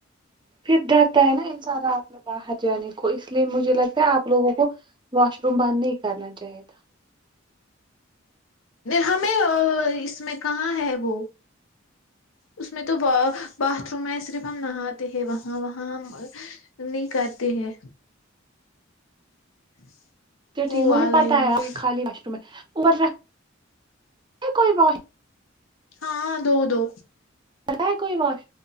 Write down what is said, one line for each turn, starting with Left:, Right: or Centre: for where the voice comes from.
Right: پھر ڈرتا ہے نا انسا رات باہر جانے کو اس لیے مجھے لگتا ہے آپ لوگوں کو واش روم بند نہیں کرنا چاہیے تھا
Left: ہمیں اس میں کہاں ہے وہ اس میں تو باتھ روم ہے صرف ہم نہاتے ہیں وہاں وہاں ہم نہیں کرتے ہیں <inaudible>
Right: چا
Left: وہ
Right: ٹھیک ہے مجھے
Left: والا
Right: پتا
Left: یوز
Right: ہے خالی مشروم ہے اور رکھ کوئی بش
Left: ہاں دو دو
Right: رہ کوئی ماش